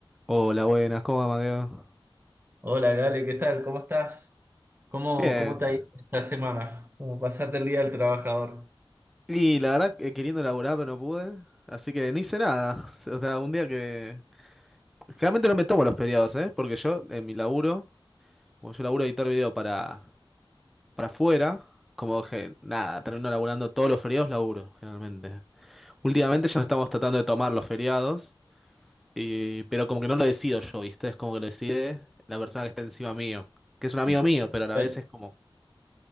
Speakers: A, in the centre; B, on the right.
A: Hola, buenas, ¿cómo va, Mateo?
B: Hola, Gale, ¿qué tal? ¿Cómo estás? ¿Cómo,
A: Bien.
B: cómo te ha ido esta semana? ¿Cómo pasaste el día del trabajador?
A: Y la verdad, que queriendo laburar, pero no pude. Así que no hice nada. O sea, un día que. Generalmente no me tomo los feriados, ¿eh? Porque yo, en mi laburo, como yo laburo editar video para, para afuera, como que nada, termino laburando todos los feriados, laburo, generalmente. Últimamente ya estamos tratando de tomar los feriados, y, pero como que no lo decido yo, ¿viste? Es como que lo decide la persona que está encima mío, que es un amigo
B: Sí.
A: mío, pero a la
B: Pero,
A: vez es como.